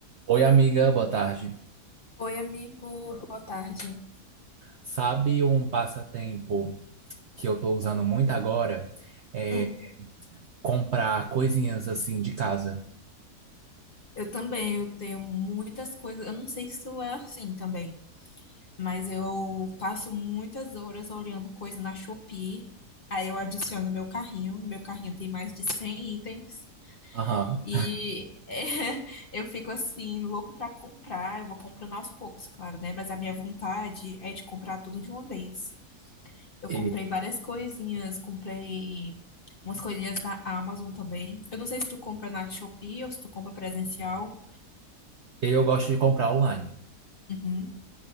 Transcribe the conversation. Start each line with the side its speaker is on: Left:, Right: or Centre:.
Right: Oi, amiga, boa tarde.
Left: Oi, amigo, boa tarde.
Right: Sabe um passatempo que eu tô usando muito agora? É
Left: Hum,
Right: comprar coisinhas assim de casa.
Left: Eu também, eu tenho muitas coisas, eu não sei se isso é assim também, mas eu passo muitas horas olhando coisa na Shopee, aí eu adiciono no meu carrinho, meu carrinho tem mais de 100 itens,
Right: Aham.
Left: e <laughs> eu fico assim, louco pra comprar, eu vou comprando aos poucos, claro, né? Mas a minha vontade é de comprar tudo de uma vez. Eu
Right: E
Left: comprei várias coisinhas, comprei umas coisinhas na Amazon também. Eu não sei se tu compra na Shopee ou se tu compra presencial.
Right: eu gosto de comprar online.
Left: Uhum.